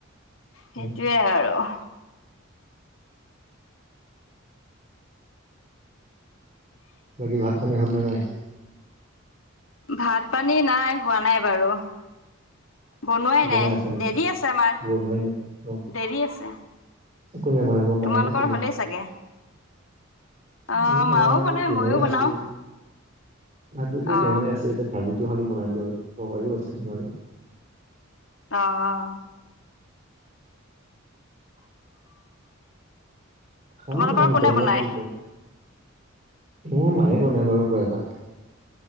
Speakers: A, on the left; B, on the right.
A: সেইটোয়ে
B: উম,
A: আৰু',
B: বাকী ভাত পানী হ'ল নে নাই?
A: ভাত পানী নাই হোৱা নাই বাৰু', বনোৱাই
B: বনাই
A: নাই
B: আছা নেকি
A: দেৰি আছে আমাৰ,
B: বনোৱাই নাই অ,
A: দেৰি আছে',
B: কোনে বনাব? মায়ে
A: তোমালোকৰ
B: নে তুমি
A: হ'লেই চাগে', অ
B: উম',
A: মাও
B: আমাৰ
A: বনাই
B: দিনৰে
A: ময়ো বনাও
B: আছেই, ভাত বাকী
A: অ।
B: দিনৰে আছে', এতিয়া ভাজিটো খালি বনাই দিলোঁ আৰু তৰকাৰীও আছে দিনৰে',
A: অহ',
B: <unintelligible>
A: তোমালোকৰ কোনে বনাই
B: মোৰ মায়ে বনাই বাৰু প্ৰায়ভাগ',